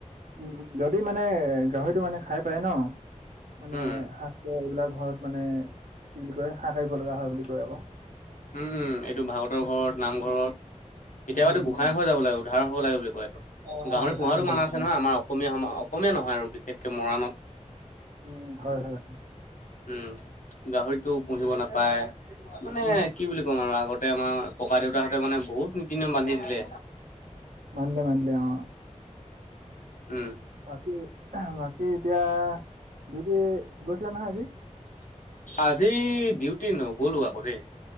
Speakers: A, on the right (about 80°); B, on the left (about 85°).
A: উম যদি মানে গাহৰিটো মানে খাই পাই ন মানে,
B: উম
A: সাজ পাৰ এইবিলাক ঘৰত মানে, কি বুলি কয় হাক কাৰিব লগা হয় বুলি কয় আকৌ।
B: উম, এইটো ভাগতৰ ঘৰত, নামঘৰত, কেতিয়াবাটো
A: উম,
B: এই গোসাই
A: উম,
B: ঘৰ যাব লাগিব। উ ধাৰ হ' লাগে বুলি কয়, এইটো
A: অ',
B: গাহৰি
A: অ', উধানি
B: পোহাটো
A: হ'ব
B: মান
A: লগা
B: আছে নহয়, আমাৰ অসম অসমীয়া সম অসমীয়া নহয় আৰু বিশেষকৈ মৰাণত।
A: উম, হয় হয়।
B: উম, গাহৰিটো পুহিব নাপায়, মানে
A: উম,
B: কি বুলি ক'ম আৰু, আগতে আমাৰ ককা দেউতাহঁতে মানে বহুত নীতি নিয়ম বান্ধি দিলে।
A: বান্ধিলে বান্ধিলে অ'।
B: উম।
A: বাকী, বাকী এতিয়া, ডিউটি গৈছিলে নহয় আজি।
B: আজি ডিউটি নগ'লো আকৌ দেই।